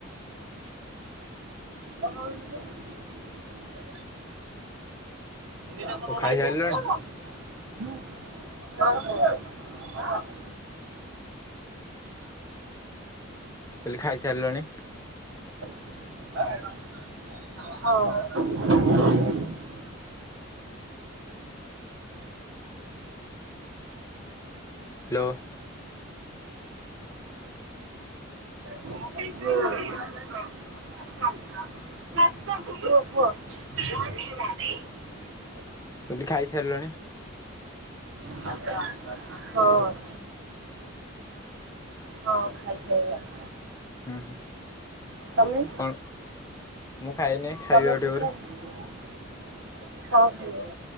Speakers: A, on the right (about 65°); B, on the left (about 15°).
A: ବା <unintelligible> ଦିନପ
B: ଆଉ
A: ନ
B: ଖାଇସାରିଲଣି
A: ନାଇ ଦଉଥିଲା ତ <unintelligible> ହଁ ହ ହ <unintelligible>
B: ଇଲି ଖାଇ ସାରିଲଣି ।
A: <unintelligible>
B: ହାଲୋ ।
A: <unintelligible>
B: କଇଲି ଖାଇ ସାରିଲଣି ।
A: ହଁ । ହଁ । ଖାଇ ସାଇଲିଣି
B: ହୁଁ ହୁଁ
A: । ତମେ
B: କଣ ମୁଁ ଖାଇନି ଖାଇବି
A: ତମେ
B: ଆଉ
A: ଖାଇସାରିଲନି
B: ଟିକେ ପରେ
A: । ହଉ କୁଅ।